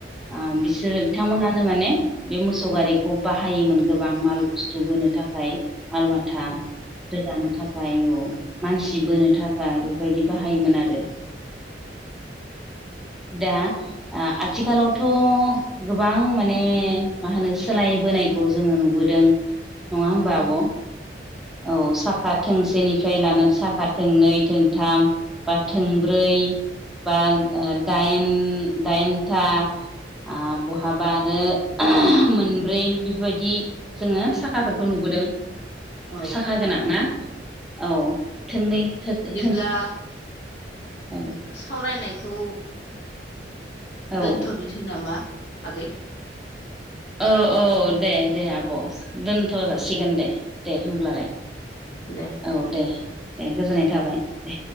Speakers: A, in the centre; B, on the left.
A: आ बिसोर बिथांमोनानो माने बे मोसौ गारिखौ बाहायोमोन गोबां माल बुस्थु बोनो थाखाय मालमाथा रोगानो थाखाय औ मानसि बोनो थाखाय बेफोरबायदि बाहायोमोन आरो दा आथिखालावथ' गोबां माने मा होनो सोलायबोनाय खौ जोङो नुबोदों। नङा होमबा आब' औ साखा थोंसेनिफ्राय लानानै साखा थोंनै थोंथाम बा थोंब्रै बा दाइन दाइनथा आ बहाबा आरो मोनब्रै बेफोरबायदि जोङो साखाफोरखौ नुबोदों।
B: औ
A: साखा गोनां ना औ थोंनै थो थों
B: अब्ला
A: औ
B: सावरायनायखौ
A: औ
B: दोनथ'नोसै नामा आगै
A: औ औ दे दे आब' दोनथ' जासिगोन दे दे होमब्लालाय
B: दे
A: औ दे दे गोजोननाय थाबाय दे